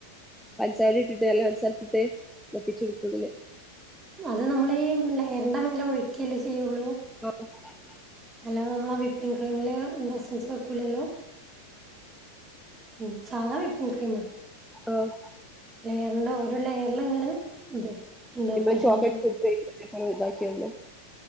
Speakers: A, in the centre; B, on the right.
A: പഞ്ചസാര ഇട്ടിട്ട് അല്ല പഞ്ചസാര ഇട്ടിട്ട്, വറ്റിച്ച് എടുക്കും ഉള്ളില്.
B: അത് നമ്മള് ഈ ലയറിന്റെ മേലെ ഒഴുക്കിയല്ലേ ചെയ്യുള്ളൂ.
A: ആഹ
B: അല്ലാതെ നമ്മള് ആഹ വിപ്പിംങ്ങ് ക്രീമില് എസ്സെൻസ് വെക്കൂലല്ലോ? ഉം സാധാ വിപ്പിങ് ക്രീമ്.
A: ആഹ
B: ലെയറിന്റെ ഓരോ ലെയറില് ഇങ്ങനെ ഇത്. എന്താ
A: ഇതിമെ
B: ഫാഷൻ
A: ചോക്ലറ്റ്
B: ഫ്രൂട്ട്
A: <unintelligible> ഇതാക്കിയണ്ട്.